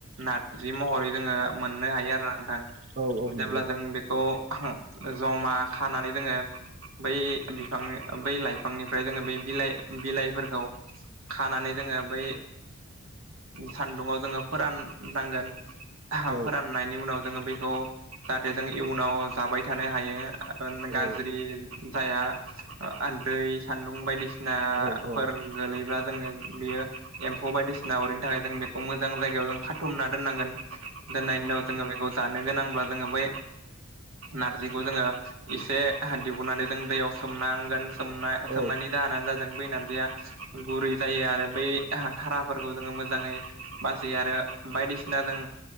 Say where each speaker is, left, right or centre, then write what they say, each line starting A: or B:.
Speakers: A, on the right; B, on the right.
A: नारजि महरै जोंङो मोननो हायो आरो नोंथां
B: औ
A: जेब्ला
B: नंगौ
A: जों बेखौ जमा खानानै जोंङो बै बिफांनि बै लाइफांनिफ्राय जोंङो बै बिलाइ बिलाइफोरखौ खानानै जोंङो बै सान्दुंङाव जोंङो फोराननांगोन
B: औ औ
A: फोराननायनि उनाव जोंङो बेखौ जाहाथे जों इयुनाव जाबाय थानो हायो।
B: औ
A: गाज्रि जाया दैै सान्दुं बायदिसिना सिनाफोर
B: औ औ औ
A: गोलैब्ला जोंङो बेयो एम्फौ बायदिसिना अरिनि थाखाय जों बे मोजां जायायाव जों खाथुमना दोननांगोन दोननायनि उनाव जों बेखौ जानो गोनांब्ला जोंङो बै नारजिखौ जोंङो एसे दिहुननानै जों दैयाव सोमनांगोन सोमनायनि
B: औ
A: जाहोनानो जादों बै नारजिया गुरै जायो आरो बै धाराफोरखौ जोंङो मोजाङै बासियो आरो बायदिसिना जों